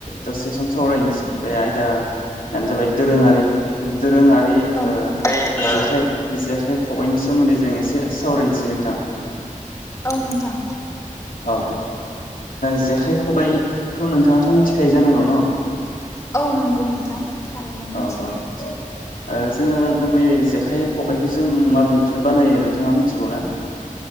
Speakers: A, on the left; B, on the left.
A: दसे सम सावरायनोसै बे आयदायानो जाबाय दोरोङारि। दोरोङारि
B: औ
A: ओ
B: नोंथां
A: जेखाइ। खबाइनि सोमोन्दै जों एसे सावरायनोसै नोंथां।
B: औ नोंथां।
A: औ औ जेखाइ खबाइखौ नोंथाङाथ' मिथिखायो जानांगौ न
B: औ नंगौ नोंथां। थारैनो मिथिगौ
A: अ अ ओ। जोङो गुबैयै जेखाइ खबाइखौ जों माबेानिफ्राय बानायो नोंथाङा मिथिगौ ना?